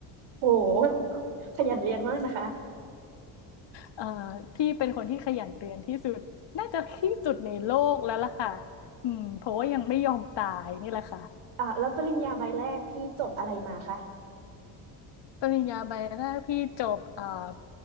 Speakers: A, on the right; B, on the left.
A: โหขยันเรียนมากนะคะ
B: เอ่อพี่เป็นคนที่ขยันเรียนที่สุดน่าจะที่สุดในโลกแล้วล่ะค่ะอืมเพราะว่ายังไม่ยอมตายนี่แหละค่ะ
A: อ่ะแล้วปริญญาใบแรกพี่จบอะไรมาคะ
B: ปริญญาใบแรกพี่จบเอ่อ